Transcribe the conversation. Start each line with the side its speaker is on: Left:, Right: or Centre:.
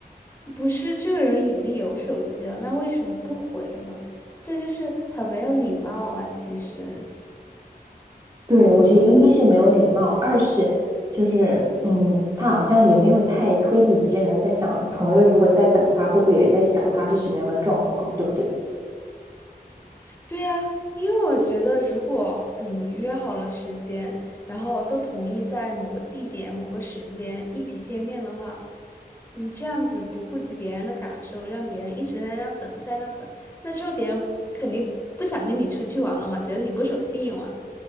Left: 不是这个人已经有手机了，那为什么不回呢？这就是很没有礼貌啊，其实。
Right: 对，我觉得一是没有礼貌，二是就是，嗯，他好像也没有太推己及人的在想，朋友如果在等他，会不会也在想他是什么样的状况，对不对？
Left: 对呀，因为我觉得，如果你们约好了时间，然后都同意在某个地点、某个时间一起见面的话，你这样子不顾及别人的感受，让别人一直在那等，在那等，那之后别人肯定不想跟你出去玩了嘛，觉得你不守信用啊。